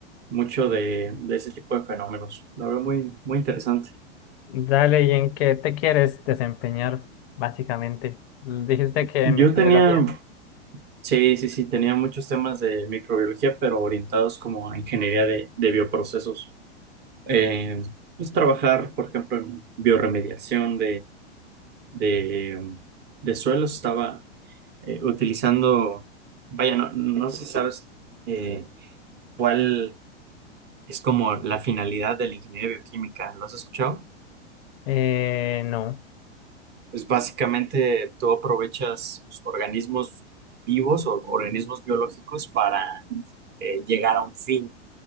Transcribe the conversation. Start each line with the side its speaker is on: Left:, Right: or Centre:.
Right: mucho de, de ese tipo de fenómenos. La verdad, muy, muy interesante.
Left: Dale, ¿y en qué te quieres desempeñar, básicamente? Dijiste que
Right: Yo
Left: en microbiología.
Right: tenía, sí, sí, sí, tenía muchos temas de microbiología, pero orientados como a ingeniería de, de bioprocesos. Eh, pues trabajar, por ejemplo, en bioremediación de, de suelos, estaba eh, utilizando, vaya, no, no sé si sabes eh, cuál es como la finalidad de la ingeniería bioquímica, ¿lo has escuchado?
Left: Eh, no.
Right: Pues básicamente tú aprovechas pues, organismos vivos o organismos biológicos para eh, llegar a un fin.